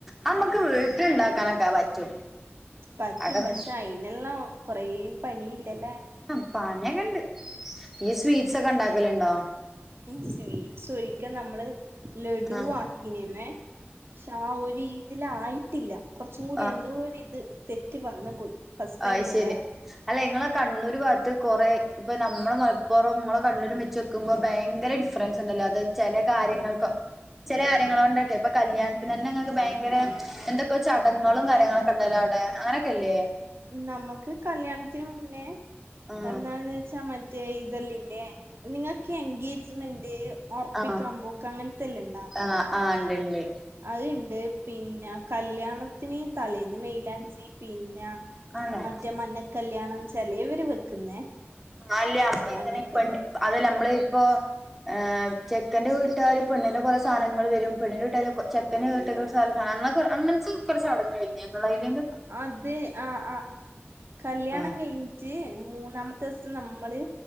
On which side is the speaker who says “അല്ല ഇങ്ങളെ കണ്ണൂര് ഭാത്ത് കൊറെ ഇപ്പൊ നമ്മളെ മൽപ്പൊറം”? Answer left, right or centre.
Centre